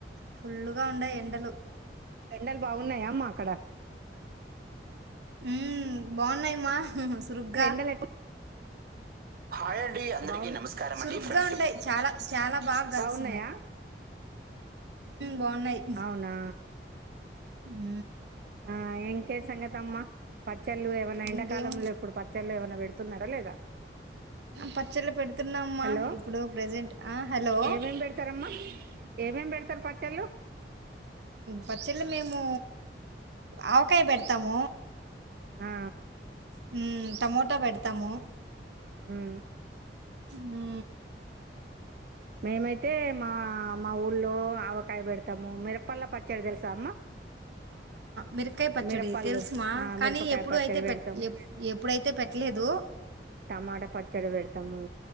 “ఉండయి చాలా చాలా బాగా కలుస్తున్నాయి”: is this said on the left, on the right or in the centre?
Right